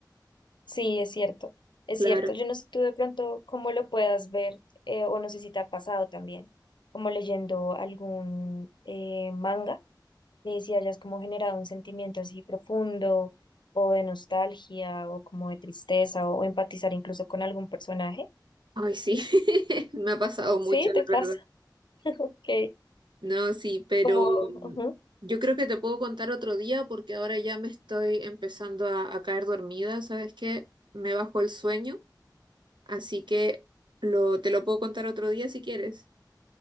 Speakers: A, on the left; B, on the right.
A: Sí, es cierto. Es
B: Claro.
A: cierto. Yo no sé tú de pronto cómo lo puedas ver eh, o no sé si te ha pasado también, como leyendo algún eh, manga, eh, si hayas como generado un sentimiento así profundo o de nostalgia o como de tristeza o, empatizar incluso con algún personaje.
B: Ay, sí, <laughs> me ha pasado mucho,
A: Sí,
B: la
A: te pasa.
B: verdad.
A: Ok.
B: No, sí, pero
A: Como,
B: mm,
A: ujú,
B: yo creo que te puedo contar otro día porque ahora ya me estoy empezando a, a caer dormida, ¿sabes qué? Me bajó el sueño, así que lo, te lo puedo contar otro día si quieres.